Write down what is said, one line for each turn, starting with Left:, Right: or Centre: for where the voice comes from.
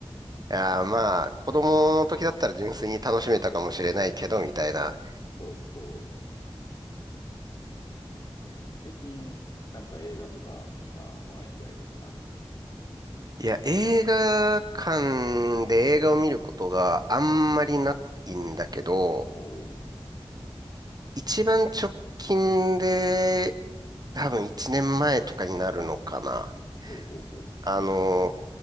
Right: やーまあ、子供の時だったら純粋に楽しめたかもしれないけど、
Left: うん、
Right: みたいな。
Left: そうそう。そうね、最近、なんか映画とか見たコナン以外でもな、でも。
Right: いや、映画館で映画を見ることがあんまりないんだけど、
Left: おお、
Right: 一番直近で、多分1年前とかになるのかな。
Left: おうおうおう
Right: あの、